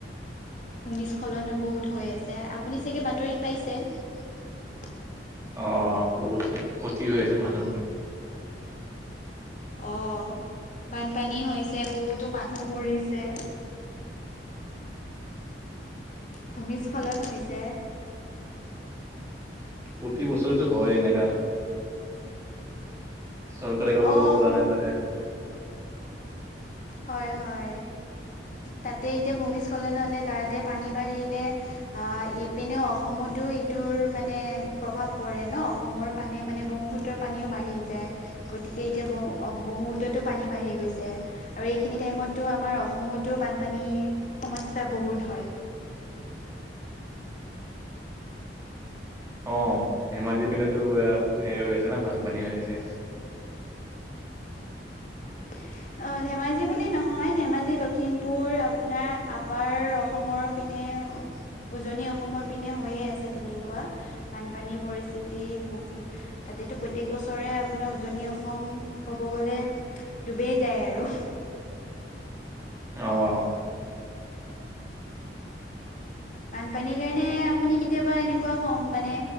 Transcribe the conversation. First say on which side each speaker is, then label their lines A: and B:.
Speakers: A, on the left (about 45°); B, on the right (about 15°).
A: ভূমিস্খলনো বহুত হৈ আছে আপুনি চাগে বাতৰিত পাইছে।
B: অ বহুত ক্ষতি হৈ আছে মানুহ,
A: অ বানপানী হৈছে বহুতো মানুহ মৰিছে।
B: <inaudible>
A: ভূমিস্খলন হৈছে।
B: প্ৰতি বছৰেতটো হয় এনেকা। চৰকাৰে কাম
A: অ
B: বোৰ কৰা নাই তাৰে,
A: হয় হয় তাতে এতিয়া ভূমিস্খলন হলে তাতে পানী বাঢ়িলে অ ইপিনেও অসমতো এইটোৰ মানে প্ৰভাৱ পৰে ন অসমৰ পানীয়ে মানে ব্ৰহ্মপূত্ৰৰ পানীও বাঢ়ি যায় গতিকে এতিয়া ব্ৰহ্মুপূতো পানী বাঢ়ি গৈছে আৰু এইখিনি টাইমতো আমাৰ অসমতো বানপানী সমস্যা বহুত হয়
B: অ ধেমাজি পিনেতো হেৰি হৈ আছে না বানপানী হৈ আছে <inaudible>
A: <inaudible> অ ধেমাজি বুলি নহয় ধেমাজি লখিমপুৰ আপোনাৰ আপাৰ অসমৰ পিন
B: <inaudible>
A: উজনি অসমৰ পিনে হৈয়ে আছে তেনেকুৱা বানপানীৰ পৰিস্থিতি বহু তাত তাতেটো প্ৰত্যক বছ চৰে আপোনাৰ উজনি অসম ক'ব গ'লে ডুবেই যায় আৰু।
B: অ'।
A: বানপানীৰ কাৰণে আপুনি কেতিয়াবা এনেকুৱা সম-মানে